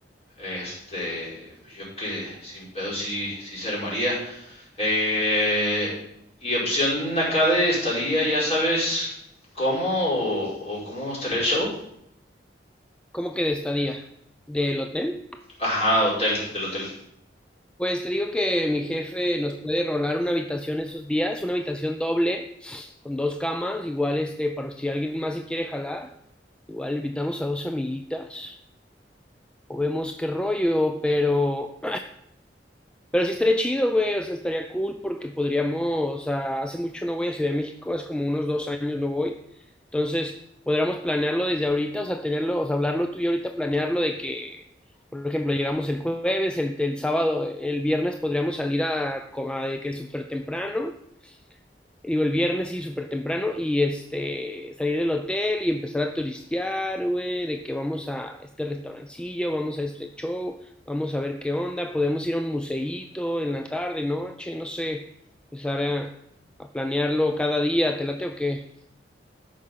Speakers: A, on the left; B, in the centre.
A: Este, pues yo que sin pedo sí, sí se armaría. Eh, y opción acá de estadía, ya sabes cómo o, o cómo estaría el show.
B: ¿Cómo que de estadía? ¿Del hotel?
A: Ajá, hotel, del hotel.
B: Pues te digo que mi jefe nos puede rolar una habitación esos días, una habitación doble, con dos camas, igual este, para si alguien más se quiere jalar, igual invitamos a dos amiguitas, o vemos qué rollo, pero pero sí estaría chido, güey, o sea, estaría cool porque podríamos, o sea, hace mucho no voy a Ciudad de México, hace como unos dos años no voy. Entonces, podríamos planearlo desde ahorita, o sea, tenerlo, o sea, hablarlo tú y yo ahorita, planearlo de que, por ejemplo, llegamos el jueves, el, el sábado, el viernes podríamos salir a, co- a de que súper temprano digo, el viernes sí, súper temprano, y este, salir del hotel y empezar a turistear, güey, de que vamos a este restaurancillo, vamos a este show, vamos a ver qué onda, podemos ir a un museíto en la tarde, noche, no sé, empezar a, a planearlo cada día, ¿te late o qué?